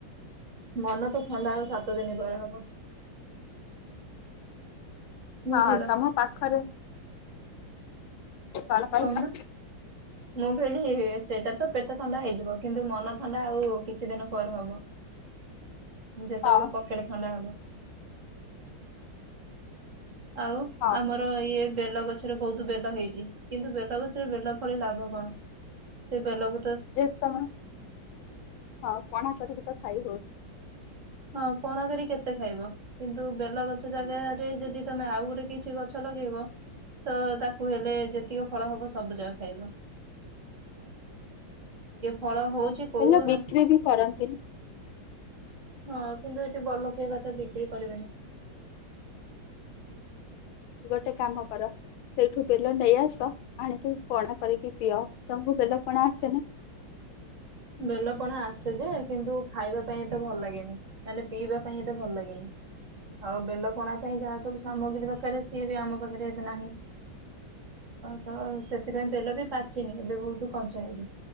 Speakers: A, on the right; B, on the left.
A: ମନ ତ। ଥଣ୍ଡା ଆଉ ସାତ ଦିନ ପରେ ହବ। ବୁଝିଲ
B: ହଁ ହଁ ତମ ପାଖରେ କଣ କହିଲ।
A: କହୁନ ମୁଁ କହିଲି ସେଟା ତ ପେଟ ଥଣ୍ଡା ହେଇଯିବ କିନ୍ତୁ ମନ ଥଣ୍ଡା ଆଉ କିଛିଦିନ ପରେ ହବ। ଯେତେବେଳେ
B: ହଁ
A: ପକେଟ ଥଣ୍ଡା ହବ। ଆଉ
B: ହଁ
A: ଆମର ଇଏ। ବେଲ ଗଛରେ ବହୁତ ବେଲ ହେଇଛି କିନ୍ତୁ ବେଲ ଗଛରେ ବେଲ ଫଳି ଲାଭ କଣ ସେ ।
B: ଯେ ତମେ ହଁ ପଣା କରିକି ତ ଖାଇ ହଉଚି।
A: ହଁ ପଣା କରି କେତେ ଖାଇବ କିନ୍ତୁ ବେଲ ଗଛ ଜାଗାରେ ଯଦି ତମେ ଆଉ ଗୋଟେ କିଛି ଗଛ ଲଗେଇବ ତ ତାକୁ ହେଲେ ଯେତିକ ଫଳ ହବ ସବୁଯାକ ଖାଇବ। ଫଳ ହଉଛି
B: ହଁ
A: କୋଉ
B: ପିଲା
A: ହଁ
B: ବିକ୍ରି ବି କରନ୍ତି ।
A: ହଁ କିନ୍ତୁ ଏଠି ବଡ଼ଲୋକିଆ କଥା ବିକ୍ରୀ କରିବେନି।
B: ଗୋଟେ କାମ କର ସେଇଠୁ ବେଲ ନେଇଆସ ଆଣିକି ପନା କରିକି। ପିଅ ତମକୁ ବେଲ ପଣା ଆସେନି।
A: ବେଲପଣା ଆସେ ଯେ କିନ୍ତୁ ଖାଇବା ପାଇଁ ଏତେ ଭଲ ଲାଗେନି। ପିଇବା ପାଇଁ ଏତେ ଭଲ ଲାଗେନି ଆଉ ବେଲ ପଣା ପାଇଁ ଯାହା ସବୁ ସାମଗ୍ରୀ ଦକାରେ ସିଏ ବି ଆମ ପାଖରେ ନାହିଁ ତ ସେଥି ପାଇଁ ବେଲ ବି ପାଚିନି ଏବେ ବହୁତ କଞ୍ଚା ହେଇଚି